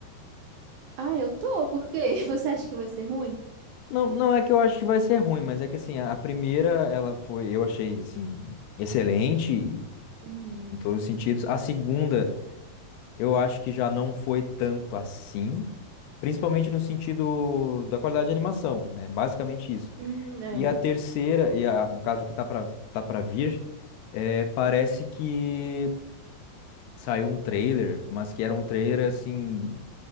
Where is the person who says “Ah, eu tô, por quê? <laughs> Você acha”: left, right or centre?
Right